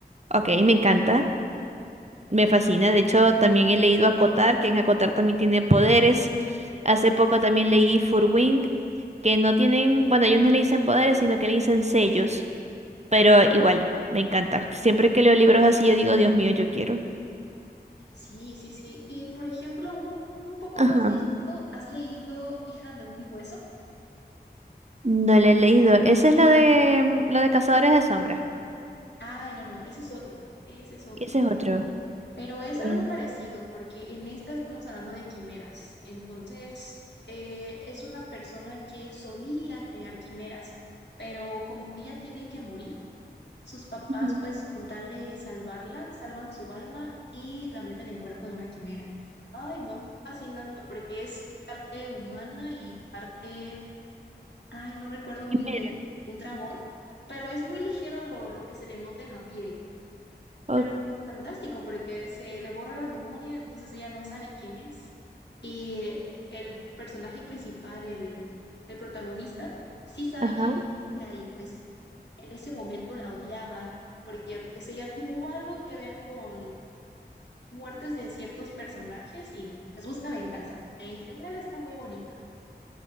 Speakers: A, on the right; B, on the left.
A: Ok, me encanta, me fascina. De hecho, también he leído Acotar, que en Acotar también tiene poderes. Hace poco también leí Furwing, que no tienen, bueno, ellos no le dicen poderes, sino que le dicen sellos, pero igual, me encanta. Siempre que leo libros así, yo digo, Dios mío, yo quiero.
B: Sí, sí, sí. Y por ejemplo, uno un poco
A: Ajá.
B: más viejito, ¿has leído Hija de Humo y Hueso?
A: No lo he leído. Ese es lo de mm, lo de Cazadores de Sombras.
B: Ay, no, no, ese es otro, ese es otro.
A: Y ese es otro.
B: Pero es
A: Y-
B: algo parecido, porque en esta estamos hablando de quimeras. Entonces, eh, es una persona que solía crear quimeras, pero como ella tiene que morir, sus papás,
A: Ujú.
B: pues con tal de salvarla, salvan su alma y la meten en cuerpo de una quimera. Ay, no, fascinante, porque es parte humana y parte Ay, no recuerdo muy
A: Quimera.
B: bien un dragón, pero es muy ligero lo, lo que se le nota en la piel.
A: O-
B: Pero fantástico, porque se le borra la memoria, entonces ella no sabe quién es. Y eh, el personaje principal, el, el protagonista, sí sabe
A: ajá.
B: quién es ella, y pues en ese momento la odiaba, porque pues ella tuvo algo que ver con muertes de ciertos personajes y les busca venganza. En general está muy bonita.